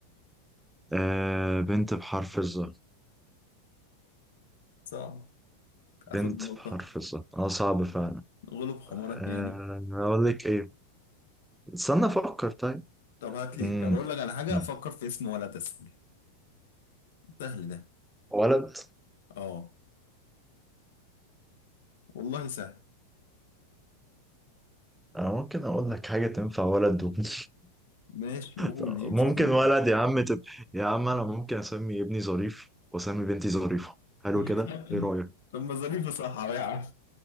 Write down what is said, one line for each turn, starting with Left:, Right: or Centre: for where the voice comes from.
Centre: آه بنت بحرف الظهر
Left: صعب
Centre: بنت
Left: اخد النقطه
Centre: بحرف الظهر اه صعب فعلا
Left: غلب حمارك
Centre: آه
Left: يعني
Centre: اقول لك ايه استنى افكر طيب
Left: طب هات لي
Centre: م-
Left: طب اقول لك على حاجه
Centre: م.
Left: فكر في اسم ولد اسهل سهل ده
Centre: ولد
Left: اه والله سهل
Centre: انا ممكن اقول لك حاجة تنفع ولد <laughs>
Left: ماشي قول
Centre: طب
Left: ينفع
Centre: ممكن
Left: برضه.
Centre: ولد يا عم تب... يا عم انا ممكن اسمي ابني ظريف واسمي بنتي ظريفة حلو
Left: <laughs>
Centre: كده ايه رأيك
Left: طب ما ظريفة صح أهو يا عم <laughs>